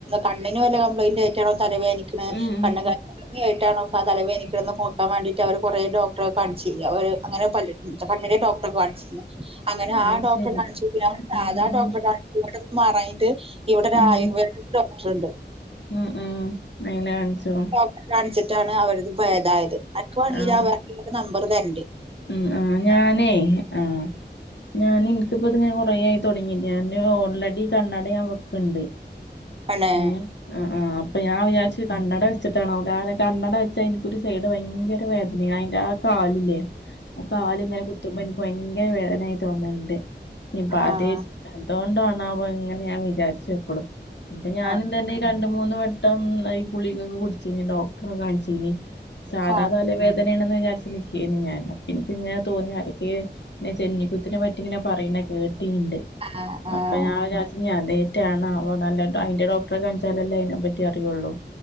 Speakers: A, on the right; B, on the left.
A: കണ്ണിന് വല്ല കംപ്ലയിന്റും ആയിട്ടാണോ തലവേനിക്ക്ണ്
B: ഉം ഉം
A: കണ്ണ് ക ഞ്ഞിയായിട്ടാണോ തലവേദനിക്ക്ണ് നോക്കാൻ വേണ്ടി ട്ട് അവര് കൊറേ ഡോക്ടറെ കാണിച്ചില്ല ഓര് അങ്ങനെ പല്ല് കണ്ണിനെ ഡോക്ട്റെ കാണിച്ചിരുന്നു അങ്ങനെ
B: അത്
A: ആഹ് ഡോക്ട്റെ
B: ശരി
A: കാണിച്ചു പിന്നെ അവര്
B: ഉം
A: സാധാ
B: ഉം
A: ഡോക്ട്റെ കാണിച്ചു ആവർക്കത് മാറാഞ്ഞിട്ട് ഇവിടെ ഒരു
B: ഉം
A: ആയുർവേദ ഡോക്ട്റുണ്ട്
B: ഉം ഉം അങ്ങനെ കാണിച്ചോ
A: ഡോക്ടറെ കാണിച്ചിട്ടാണ് അവരുത് ഭേദായത് അനക്കുവാണെങ്കിൽ
B: ആഹ്
A: ആ <unintelligible> നമ്പറ് തര്ണ്ട്
B: ഉം ആഹ് ഞാനേ ആഹ് ഞാന് എനിക്കിപ്പം ഇതിങ്ങനെ കൊറെയായി തുടങ്ങീട്ട് ഞാന് ഓൾറെഡി കണ്ണട ഞാൻ വെക്കുണ്ട്
A: പിന്നെ
B: ഏഹ് ആഹ് ആഹ് അപ്പം ഞാൻ വിചാരിച്ചു കണ്ണട വെച്ചിട്ടാണാവൊ കാരണം കണ്ണട വെച്ചാ എനിക്കൊരു സൈഡ് ഭയങ്കര വേദ ഇനി അയിൻ്റെ ആഹ് കാലില്ലേ ആഹ് കാല് ഇങ്ങനെ കുത്തുമ്പം എനിക്ക് ഭയങ്കര വേദനയായി തോന്നുണ്ട് ഇനിപ്പാദ്യാ
A: ആഹ്
B: അത്കൊണ്ടാണാവോ ഇങ്ങനെ ഞാൻ വിചാരിച്ചു എപ്പളും അപ്പം ഞാനും
A: ആഹ്
B: തന്നെ രണ്ട് മൂന്ന് വെട്ടം ഈ ഗുളികക്കൊ കുടിച്ചീന് ഡോക്ടറെ കാണിച്ചീന് സാദാ
A: ആഹ്
B: തലവേ ദനെയാണെന്ന് വിചാരിച്ച് നീക്കേനി ഞാന് അപ്പം ഇനിക്ക് ഇങ്ങനെ തോന്നി ആരെക്കെ <unintelligible> ചെന്നിക്കുത്തിനെ പറ്റിങ്ങനെ പറയ്ണ കേട്ടീണ്ട്
A: ആഹ് ആഹ്
B: അപ്പം ഞാൻ വിചാരിച്ച് ഇനി അതേ റ്റാണാവോന്ന്ഞ്ഞാട്ട് അയിന്റെ ഡോക്ട്റെ കാണിച്ചാലല്ലേ അയിനെ പറ്റി അറിയൊള്ളൂ